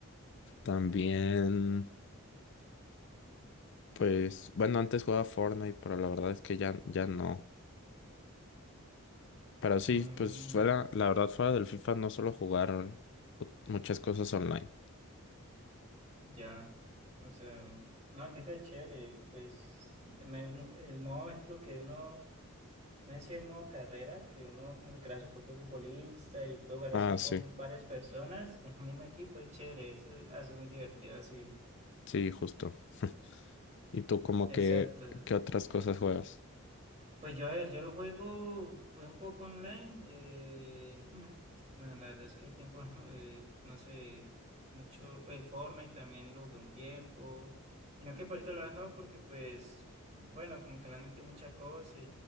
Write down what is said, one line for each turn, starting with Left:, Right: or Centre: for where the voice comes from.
Left: también, pues, bueno, antes jugaba Fortnite, pero la verdad es que ya, ya no. Pero sí,
Right: Mm,
Left: pues fuera, la verdad, fuera del FIFA no suelo jugar ot- muchas cosas online.
Right: ya. O sea, no, el FIFA es chévere. Pues me- el modo ejemplo que uno No sé si es modo carrera, que uno como que crea su propio futbolista y puede jugar
Left: Ah,
Right: así con
Left: sí,
Right: varias personas en un mismo equipo, es chévere, eso hace muy divertido así.
Left: sí, justo. <laughs> ¿Y tú como
Right: Exacto.
Left: que, qué otras cosas juegas?
Right: Pues yo, a ver, yo lo juego pues, un poco online. eh, hmm, bueno, la verdad es que el tiempo, <laughs> eh, no sé, mucho. Pues el Fortnite también lo jugué un tiempo. Y no que por ahorita lo he dejado porque, pues, bueno, como que le han metido mucha cosa